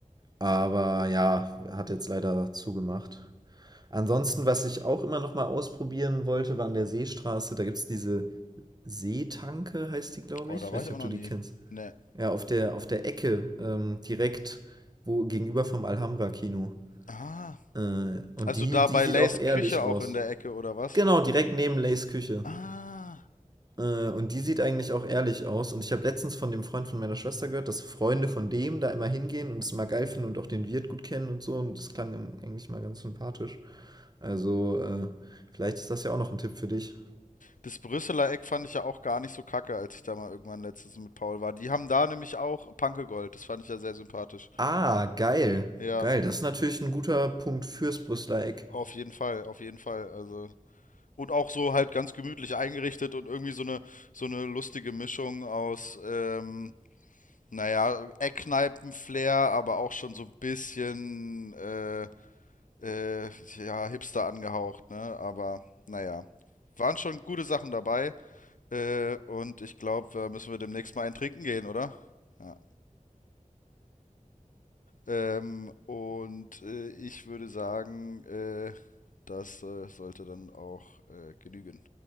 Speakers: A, on the right; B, on the left.
A: aber ja, hat jetzt leider zugemacht. Ansonsten, was ich auch immer noch mal ausprobieren wollte, war an der Seestraße. Da gibt es diese Seetanke heißt die, glaube
B: Oh,
A: ich.
B: da
A: Ich
B: war
A: weiß nicht,
B: ich auch
A: ob du
B: noch
A: die
B: nie.
A: kennst.
B: Ne.
A: Ja, auf der, auf der Ecke, ähm, direkt wo, gegenüber vom Alhambra-Kino.
B: Ah,
A: Äh, und
B: also
A: die,
B: da
A: die
B: bei
A: sieht
B: Lays
A: auch ehrlich
B: Küche auch
A: aus.
B: in der Ecke, oder was?
A: Genau, direkt neben Lays Küche.
B: Ah,
A: Äh, und die sieht eigentlich auch ehrlich aus. Und ich habe letztens von dem Freund von meiner Schwester gehört, dass Freunde von dem da immer hingehen und es mal geil finden und auch den Wirt gut kennen und so. Und das klang ihm eigentlich mal ganz sympathisch. Also, äh, vielleicht ist das ja auch noch ein Tipp für dich.
B: das Brüsseler Eck fand ich ja auch gar nicht so kacke, als ich da mal irgendwann letztens mit Paul war. Die haben da nämlich auch Panke Gold, das fand ich ja sehr sympathisch.
A: Ah, geil.
B: Ja,
A: Geil, das ist natürlich ein guter Punkt fürs Brüsseler Eck.
B: auf jeden Fall, auf jeden Fall, also. Und auch so halt ganz gemütlich eingerichtet und irgendwie so eine, so eine lustige Mischung aus, ähm, naja, Eckkneipen-Flair, aber auch schon so ein bisschen, äh, äh, ja, Hipster angehaucht, ne? Aber naja, waren schon gute Sachen dabei. Äh, und ich glaube, da müssen wir demnächst mal einen trinken gehen, oder? Ja. Ähm, und äh, ich würde sagen, äh, das äh, sollte dann auch äh, genügen.